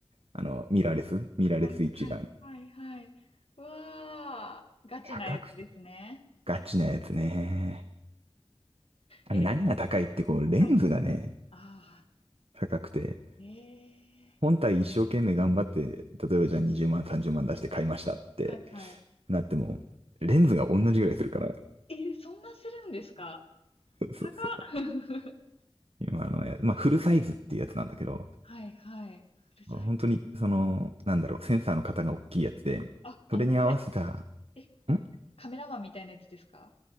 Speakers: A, on the right; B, on the left.
A: あの、ミラーレス、ミラーレス一眼。
B: はいはいはいはい。わあ、ガチなやつですね。
A: 高くて。ガチなやつね。あ何が高いってこう、
B: え、
A: レンズがね、
B: はいはい。ああ。
A: 高くて。
B: ええ、
A: 本体一生懸命頑張って、例えばじゃあ20万、30万出して買いましたって
B: はいはい。
A: なっても、レンズが同じぐらいするから。
B: ええ、そんなするんですか？
A: そうそうそう。
B: 高っ。<laughs>
A: 今あのや、まあ、フルサイズっていうやつなんだけど、
B: はいはい。うるさい。
A: 本当に、その、なんだろう、センサーの型が大きいやつで、
B: あ、あのカメ
A: それに合わせた、
B: え、
A: ん
B: カメラマンみたいなやつですか？